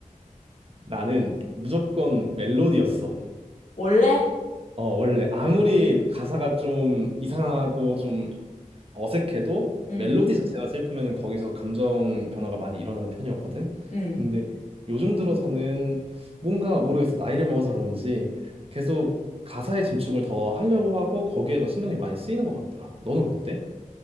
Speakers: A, on the right; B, on the left.
A: 나는 무조건 멜로디였어.
B: 원래?
A: 어, 원래 아무리 가사가 좀 이상하고 좀 어색해도
B: 응,
A: 멜로디 자체가 슬프면 거기서 감정 변화가 많이 일어나는 편이었거든.
B: 응.
A: 근데 요즘 들어서는 뭔가 모르겠어. 나이를 먹어서 그런지 계속 가사에 집중을 더 하려고 하고 거기에 더 신경이 많이 쓰이는 것 같더라. 너는 어때?